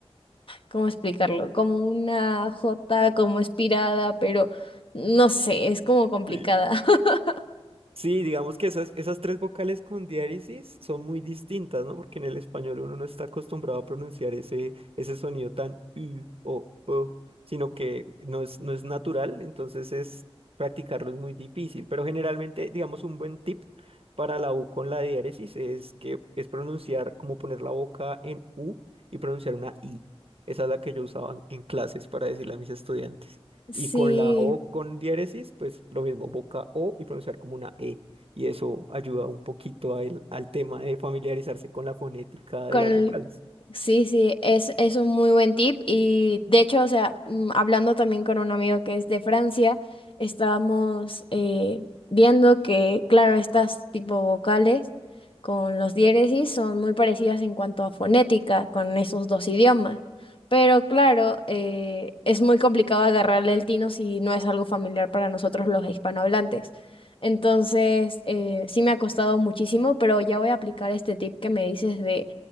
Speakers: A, on the left; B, on the right.
A: ¿cómo explicarlo? Como una J como espirada, pero no sé, es como complicada.
B: Sí,
A: <laughs>
B: Sí, digamos que esas, esas tres vocales con diéresis son muy distintas, ¿no? Porque en el español uno no está acostumbrado a pronunciar ese, ese sonido tan u o o, sino que no es, no es natural, entonces es practicarlo es muy difícil. Pero generalmente, digamos, un buen tip para la U con la diéresis es que es pronunciar, como poner la boca en U y pronunciar una I. Esa es la que yo usaba en en clases para decirle a mis estudiantes.
A: Sí.
B: Y con la O con diéresis, pues lo mismo, boca O y pronunciar como una E. Y eso ayuda un poquito a el- al tema de familiarizarse con la fonética
A: Con...
B: de las vocales.
A: Sí, sí, es, es un muy buen tip y de hecho, o sea, mm, hablando también con un amigo que es de Francia, estábamos eh, viendo que, claro, estas tipo vocales con los diéresis son muy parecidas en cuanto a fonética con esos dos idiomas, pero claro, eh, es muy complicado agarrarle el tino si no es algo familiar para nosotros los hispanohablantes. Entonces, eh, sí me ha costado muchísimo, pero ya voy a aplicar este tip que me dices de